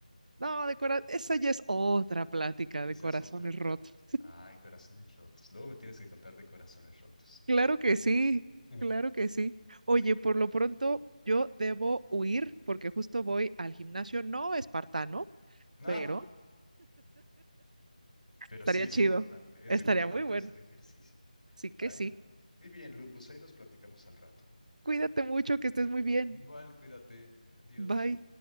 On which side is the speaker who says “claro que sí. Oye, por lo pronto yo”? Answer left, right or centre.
Right